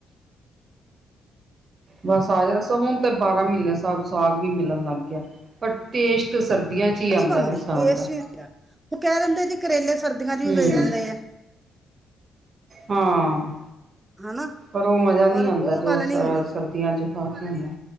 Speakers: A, on the right; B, on the right.
A: ਬਸ ਆ ਜਾ, ਹੁਣ ਤੇ ਬਾਰਾਂਹ ਮਹੀਨੇ ਸਾਨੂੰ ਸਾਗ ਸਾਗ ਵੀ ਮਿਲਣ ਲੱਗ ਗਿਆ। ਪਰ ਟੇਸਟ ਤਾਂ ਸਰਦੀਆਂ ਚੀ ਆਂਦਾ
B: ਨਹੀਂ ਬਣਦੀ
A: ਵਾ ਸਾਗ
B: ਟੇਸਟ
A: ਦਾ।
B: ਨਹੀਂ ਉਹ ਕਹਿ ਦਿੰਦੇ ਆ ਜੀ ਕਰੇਲੇ ਸਰਦੀਆਂ ਚ ਵੀ
A: ਹੂੰ
B: ਮਿਲ ਜਾਂਦੇ ਆ।
A: ਹਾਂ
B: ਹਨਾ
A: ਪਰ ਉਹ ਮਜ਼ਾ ਨਹੀਂ
B: ਪਰ
A: ਆਉਂਦਾ,
B: ਉਹ
A: ਜੋ
B: ਗੱਲ ਨਹੀਂ
A: ਸ
B: ਹੁੰਦੀ
A: ਸਰਦੀਆਂ 'ਚ ਖਾ ਕੇ ਆਂਦਾ।